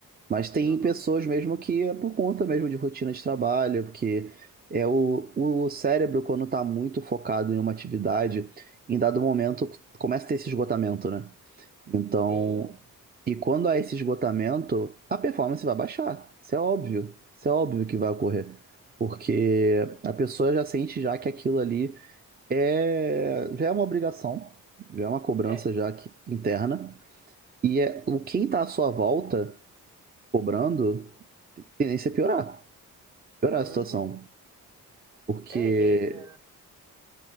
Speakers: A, on the right; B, on the right.
A: Mas tem
B: Aham.
A: pessoas mesmo que é por conta mesmo de rotina de trabalho, porque é o, o cérebro, quando está muito focado em uma atividade, em dado momento começa a ter esse esgotamento, né? Então,
B: Sim,
A: e quando há esse esgotamento, a performance vai baixar. Isso é óbvio. Isso é óbvio que vai ocorrer. Porque a pessoa já sente já que aquilo ali é já é uma obrigação, já é uma cobrança
B: é.
A: já que- interna. E é o quem está à sua volta cobrando, tendência é piorar, piorar
B: Uhum.
A: a situação. Porque
B: É, e ainda.